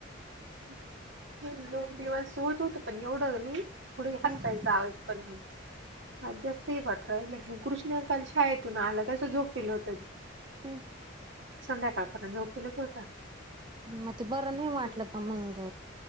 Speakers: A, on the right; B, on the right.
A: त्याना दोन दिवस होत होत पण एवढं नाही थोडे
B: हम्म
A: हात पाय चावायचे. पन्ह. आज जास्त हे वाटू राहील, कृष्णा काल शाळेतून आला तसं झोपिलं होतं.
B: हम्म.
A: संध्याकाळपर्यंत झोपेलच होता.
B: मग ते बरं नाही
A: आता
B: वाटलं
A: जेव्हा
B: का मंग